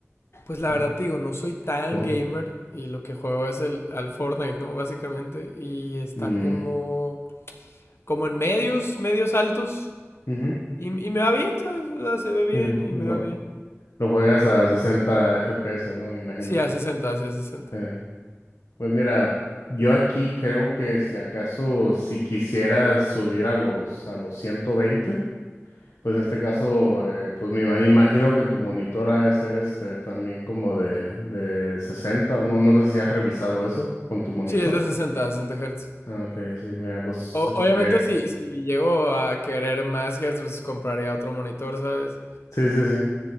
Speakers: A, on the left; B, on the left.
A: pues la
B: Ah,
A: verdad te digo, no soy tan
B: tú-
A: gamer y lo que juego es el, al Fortnite, ¿no? Básicamente. Y está
B: mm,
A: como, como en medios, medios altos.
B: ujú,
A: Y, y me va bien, ¿sabes? O sea, se ve bien
B: mm,
A: y
B: lo,
A: me va bien.
B: lo juegas a 60 FPS, ¿no? Me imagino.
A: Sí, a 60 sí, a sesenta
B: Eh, pues mira, yo aquí creo que si acaso si quisieras subir a los a los ciento veinte Pues en este caso, eh, pues me ima- imagino que tu monitor ha de ser este también como de, de 60, o no, no sé si has revisado eso con tu monitor.
A: Sí, es de sesenta, sesenta Hz.
B: Ah, ok, sí, mira, pues
A: O- obviamente,
B: eh,
A: si, si llego a querer más Hz, pues compraría otro monitor, ¿sabes?
B: sí, sí, sí.